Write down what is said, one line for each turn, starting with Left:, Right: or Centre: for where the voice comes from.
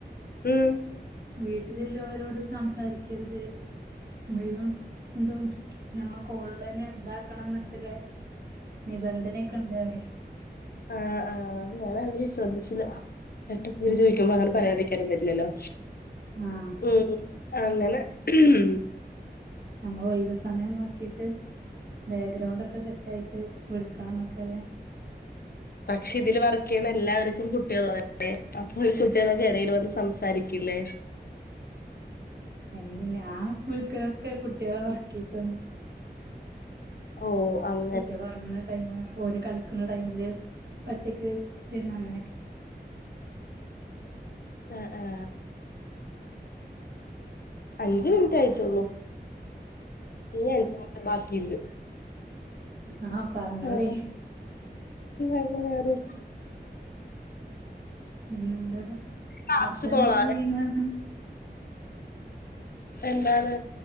Left: ഉം
Right: വീട്ടിൽ ഉള്ളവരോട് സംസാരിക്കരുത് മുയുവം എന്തും ഞമ്മളെ കോളിൽ തന്നെ ഇന്താക്കണം എന്നൊക്കല്ലേ നിബന്ധനയൊക്കെ ഉണ്ട് അറിയ
Left: ആഹ് ആഹ് ഞാന ശ്രദ്ധിച്ചില്ല എട്ട പേര്
Right: ആഹ്
Left: ചോദിക്കുമ്പോ അങ്ങനെ പറയാണ്ടെ കെടന്നിട്ടില്ലല്ലോ
Right: ആഹ്
Left: ഉം അങ്ങനെ ഉം
Right: നമ്മൾ ഒയിവ് സമയം നോക്കിട്ട് ബെഗ്രൗണ്ട് ഒക്കെ സെറ്റ് ആയിട്ട് വിളിക്കാം എന്നൊക്കെല്ലേ
Left: പക്ഷെ ഇതില് വർക്ക് ചെയ്യണ എല്ലാവർക്കും കുട്ടികള് ഉ ള്ളതല്ലേ അപ്പോഈ കുട്ടികളൊക്കെ ഇടയിൽ വന്ന് സംസാരിക്കില്ലേ
Right: അയ്ൻ ഞാൻ കുഴുക്കനൊക്കെ കുട്ടികളെ ഉറക്കിട്ടും
Left: ഓഹ് അഹ്
Right: കുട്ടികൾ ഒറങ്ങുന്ന ടൈമ ഓര് കളിക്കുന്ന ടൈമില് ഒറ്റക്ക് ഇരുന്ന അങ്ങനെയൊക്കെ
Left: ആഹ് ആഹ് അഞ്ചു മിനിറ്റ് ആയി റ്റുള്ളൂ ഇനി അഞ്ച മിനിറ്റ് ബാക്കിയിണ്ട്
Right: ഉം ആഹ് പറഞ്ഞോളി
Left: ഉം അങ്ങനെ ഒരു
Right: പിന്നെന്താ
Left: ലാസ്റ്റ്
Right: ഹസ്ബൻഡ്
Left: കോളാ
Right: എന്താ ചെയ്യുന് പറഞ്ഞ
Left: എന്താണ്